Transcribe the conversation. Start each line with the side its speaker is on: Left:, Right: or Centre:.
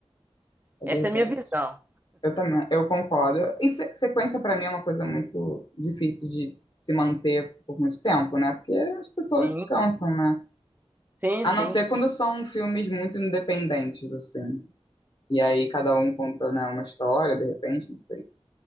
Left: é
Right: Essa
Left: verdade.
Right: é a minha visão.
Left: Eu também, eu concordo. E se- sequência, pra mim, é uma coisa muito difícil de se manter por muito tempo, né? Porque as pessoas
Right: Sim,
Left: se cansam, né?
Right: sim,
Left: A
Right: sim.
Left: não ser quando são filmes muito independentes, assim. E aí cada um conta, né, uma história, de repente, não sei.